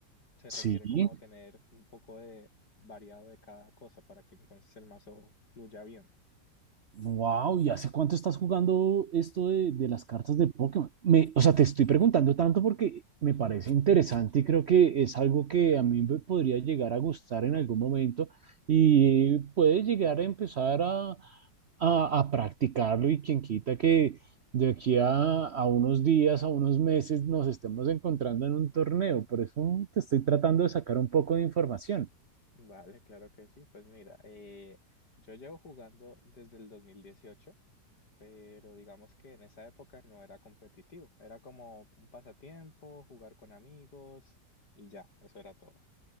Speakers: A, on the left; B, on the right.
A: se
B: Sí.
A: requiere como tener un poco de variado de cada cosa para que entonces el mazo fluya bien.
B: Wow, ¿y hace cuánto estás jugando esto de, de las cartas de Pokémon? Me, o sea, te estoy preguntando tanto porque me parece interesante y creo que es algo que a mí me podría llegar a gustar en algún momento y puede llegar a empezar a, a, a practicarlo y quien quita que de aquí a, a unos días, a unos meses nos estemos encontrando en un torneo. Por eso te estoy tratando de sacar un poco de información.
A: Vale, claro que sí. Pues mira, eh, yo llevo jugando desde el dos mil dieciocho pero digamos que en esa época no era competitivo. Era como un pasatiempo, jugar con amigos y ya, eso era todo.